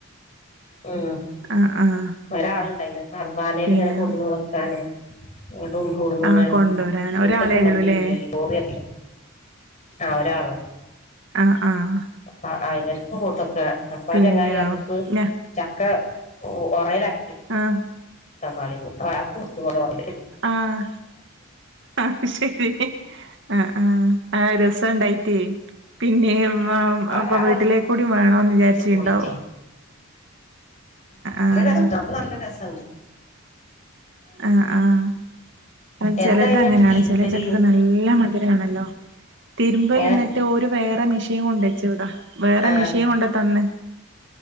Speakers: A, on the left; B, on the right.
A: ഉം
B: ആഹ് ആഹ്
A: ഒരാളുണ്ടായിന്ന് അർബാനയിൽ
B: പിന്നെ
A: ഇങ്ങനെ കൊടന്ന് വെക്കാനെ വീടും കൂടുന്നങ്ങാണ്ട
B: ആഹ് കൊണ്ടുവരാൻ
A: മിറ്റക്കം
B: ഒരാളെ ഉള്ളൂല്ലേ
A: വണ്ടി വരല്ലല്ല ലോറിയക്ക ആഹ് ഒരാളോ
B: ആഹ് ആഹ്
A: അഹ് അഹ് ഇ വർക്കുംകൊണ്ട് കൊടുക്കെ അപ്പാ
B: പിന്നെ
A: ചങ്ങായി പറഞ്ഞക്ക്
B: ഞ
A: ചക്ക ഉറയിലാക്കി
B: ആഹ്
A: തന്നാളീന്ന് ഒരാൾക്ക് <unintelligible>
B: ആഹ് ആത് ശരി ആഹ്ആഹ് ആ രസം ഉണ്ടായി പിന്നെ
A: അയാള്
B: അപ്പൊ വീട്ടിലേക്കൂടി വേണന്ന്
A: അതേറ്റ്
B: വിചാരിച്ചുണ്ടാവോ
A: പോയിം ചെയ്ത്
B: ആഹ്
A: നല്ല രസണ്ട്അപ്പ നല്ല രസുണ്ട്
B: ആഹ് ആഹ് ചിലത്
A: എന്തായിന്നിട്ട്
B: അങ്ങനെയാണ്
A: തിരുമ്പല്
B: ചില ചക്കൊക്കെ നല്ല മ ധുരണല്ലോ തിരുമ്പൽ
A: ഏ
B: എന്നിട്ട് ഒരു വേറെ മെഷീൻ കൊണ്ട വച്ചു ഇവിടാ വേറെ
A: ആ
B: മിഷൻ കൊണ്ട തന്ന്